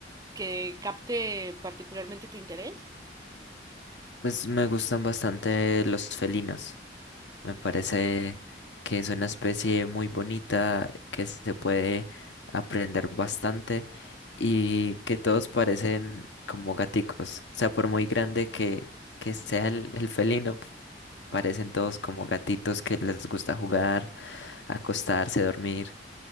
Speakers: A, on the right; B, on the left.
A: que capte particularmente tu interés?
B: Pues me gustan bastante los felinos. Me parece que es una especie muy bonita, que se puede aprender bastante y que todos parecen como gaticos. O sea, por muy grande que, que sea el, el felino, parecen todos como gatitos que les gusta jugar, acostarse, dormir.